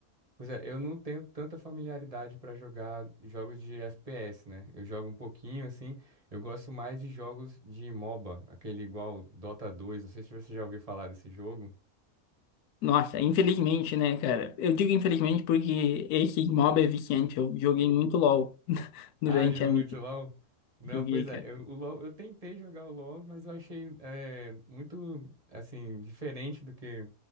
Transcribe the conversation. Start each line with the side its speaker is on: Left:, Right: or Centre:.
Right: Pois é, eu não tenho tanta familiaridade pra jogar jogos de FPS, né? Eu jogo um pouquinho assim. Eu gosto mais de jogos de MOBA, aquele igual Dota 2. Não sei se você já ouviu falar desse jogo.
Left: Nossa, infelizmente, né, cara? Eu digo infelizmente porque esse mob é viciante. Eu joguei muito LoL <laughs> durante
Right: Ah, jogou
Left: a minha...
Right: muito LoL? Não,
Left: Joguei,
Right: pois
Left: cara.
Right: é, eu, o LoL, eu tentei jogar o LoL, mas eu achei é, muito, assim, diferente do que